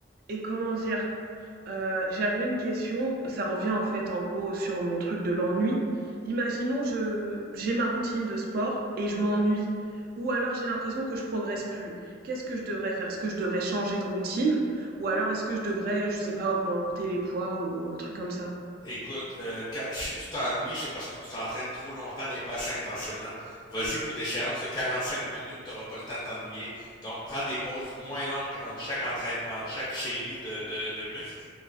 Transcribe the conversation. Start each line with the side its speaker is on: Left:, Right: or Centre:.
Right: et comment dire? Euh, j'avais une question, ça revient en fait en gros sur mon truc de l'ennui. Imaginons je j'ai ma routine de sport et je m'ennuie, ou alors j'ai l'impression que je progresse plus. Qu'est-ce que je devrais faire? Est-ce que je devrais changer de routine, ou alors est-ce que je devrais, je sais pas, augmenter les poids ou un truc comme ça?
Left: Écoute, euh, quand- si tu t'ennuies, c'est parce que tu t'entraînes trop longtemps et pas assez intensément. Vas-y pour des séances de 45 minutes, tu n'auras pas le temps de t'ennuyer. Donc, prends des pauses moins longues entre chaque entraîne, entre chaque série de, de, de muscles.